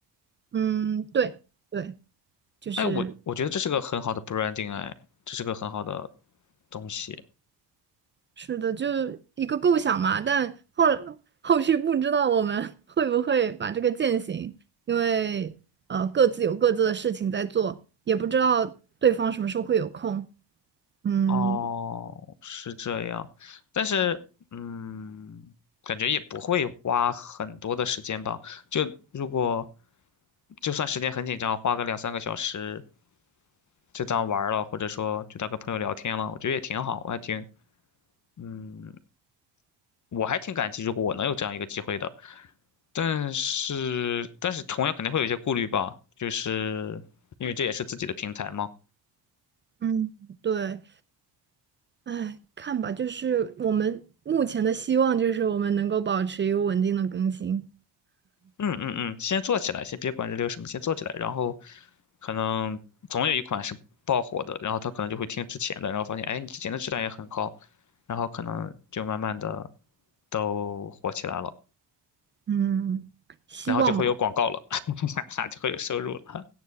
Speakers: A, on the right; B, on the left.
A: 嗯，对对，就是。
B: 哎，我我觉得这是个很好的 branding，哎，这是个很好的东西。
A: 是的，就一个构想嘛，但后后续不知道我们 <laughs> 会不会把这个践行，因为呃各自有各自的事情在做，也不知道对方什么时候会有空。嗯，
B: 哦，是这样，但是嗯，感觉也不会花很多的时间吧。就如果就算时间很紧张，花个两三个小时，就当玩儿了，或者说就当跟朋友聊天了，我觉得也挺好，我还挺，嗯，我还挺感激，如果我能有这样一个机会的。但是，但是同样肯定会有一些顾虑吧，就是因为这也是自己的平台嘛。
A: 嗯，对，哎，看吧，就是我们目前的希望就是我们能够保持一个稳定的更新。
B: 嗯嗯嗯，先做起来，先别管这里有什么，先做起来，然后可能总有一款是爆火的，然后他可能就会听之前的，然后发现，哎，你之前的质量也很高，然后可能就慢慢的都火起来了，
A: 嗯，希望吧。
B: 然后就会有广告了，<laughs> 哈哈就会有收入了。